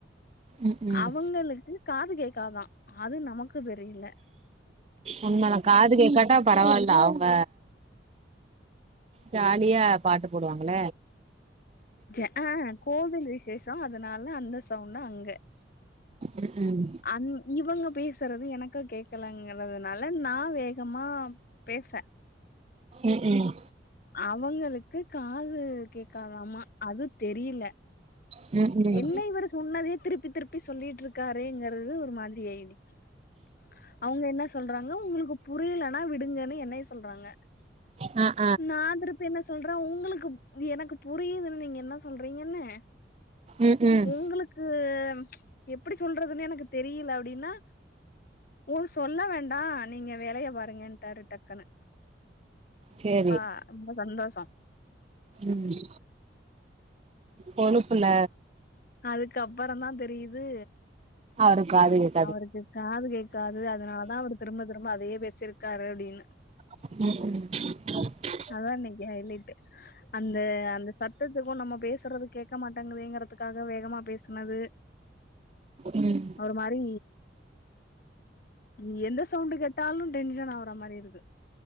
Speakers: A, on the right (about 35°); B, on the left (about 50°).
A: ம் ம்
B: அவங்களுக்கு காது கேக்காதா அது நமக்கு தெரியல
A: உண்மதா காது கேக்காட்டா பரவால்ல அவ்ங்க ஜாலியா பாட்டு போடுவாங்கள
B: ஜ ஆ கோவில் விசேஷ அதனால அந்த சவுண்டு அங்க
A: ம் ம்
B: அன் இவங்க பேசுறது எனக்கு கேக்கலங்கிறதுனால நா வேகமா பேச
A: ம் ம்
B: அவுங்களுக்கு காது கேக்காதாமா அது தெரில
A: ம் ம் ம்
B: என்ன இவரு சொன்னதே திருப்பி திருப்பி சொல்லிட்டு இருக்காரேங்கறது ஒரு மாதிரி ஆயிடுச்சி அவுங்க என்ன சொல்றாங்க உங்களுக்கு புரியலனா விடுங்கன்னு என்னய சொல்றாங்க
A: அ
B: நா திருப்பி என்ன சொல்றே உங்களுக்கு எனக்கு புரியுதுன் நீங்க என்ன சொல்றீங்கன்னு
A: ம் ம்
B: உங்களுக்கு கு எப்டி சொல்றதுன்னு எனக்கு தெரியல அப்டினா உ சொல்ல வேண்டா நீங்க வேலைய பாருங்கட்டாரு டக்குன்னு
A: சேரி
B: அ ரொம்ப சந்தோஷோ
A: ம் கொழுப்புல
B: அதுக்குப்பறோ தா தெரியுது
A: அவருக்கு காது கேக்
B: அவருக்கு காது கேக்காது அதனால தா அவரு திரும்ப திரும்ப அதயே பேசிருக்காரு அப்டினு
A: ம்
B: அதா இன்னைக்கி ஹைலைட்டு அந்த அந்த சத்தத்துக்கு நம்ம பேசுறது கேட்க மாட்டேங்குதங்கறதுக்காக வேகமா பேசுனது
A: ம்
B: ஒரு மாரி நீ எந்த சவுண்டு கேட்டாலு டென்ஷன் ஆவுற மாரி இருக்கு